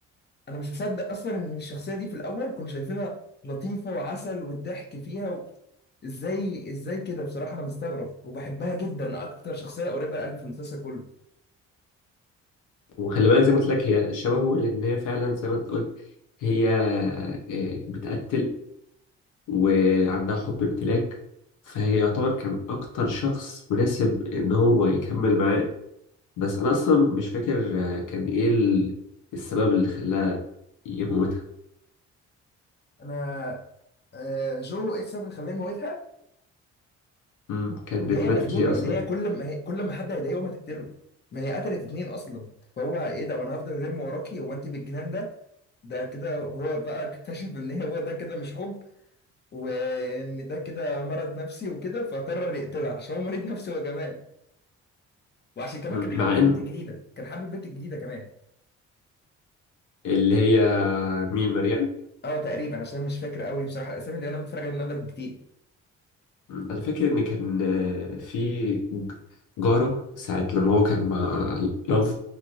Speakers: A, on the left; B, on the left.
A: انا مش مصدق اصلا ان الشخصيه دي في الاول كنا شايفينها لطيفه وعسل والضحك فيها و... ازاي ازاي كده بصراحه انا مستغرب وبحبها جدا اكتر شخصيه قريبه لقلبي في المسلسل كله
B: وخلي بالك زي ما قلت لك هي شبهه لأن هي فعلا زي ما أنت قلت هي آه، بتقتل وعندها حب امتلاك فهي يعتبر كان أكتر شخص مناسب إن هو يكمل معاه بس أنا أصلا مش فاكر آه، كان إيه ال- السبب اللي خلاها يموتها
A: انا آه، جو ايه السبب اللي خلاني موتها
B: مم، كانت
A: ان هي
B: ماتت
A: مجنونه
B: ليه
A: وان
B: أصلا
A: هي كل ما هي كل ما حد هيضايقه ما تقتله ما هي قتلت اتنين اصلا فهو ايه ده وانا هفضل الم وراكي هو انت بالجنان ده ده كده هو بقى اكتشف ان هي هو ده كده مش حب وان ده كده مرض نفسي وكده فقرر يقتلها عشان هو مريض نفسي هو كمان وعشان كمان
B: مم،
A: كان حابب
B: مع
A: البنت
B: إن
A: الجديده كان حابب البنت الجديده كمان
B: اللي هي مين مريم
A: اه تقريبا عشان مش فاكر قوي بصراحه الاسامي اللي انا متفرج عليها من قبل كتير
B: مم. انا فاكر ان كان آه، في ج- جارة ساعة لما هو كان مع لاف